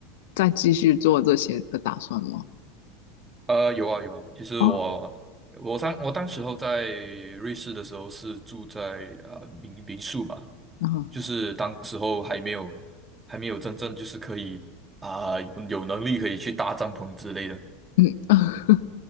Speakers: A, on the left; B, on the right.
A: 再继续做这些的打算吗？
B: 呃，有啊有啊，其实我我当我当时候在瑞士的时候是住在呃民民宿嘛，
A: 哦，啊，
B: 就是当时候还没有还没有真正就是可以啊、有有能力可以去搭帐篷之类的。
A: 嗯，<laughs>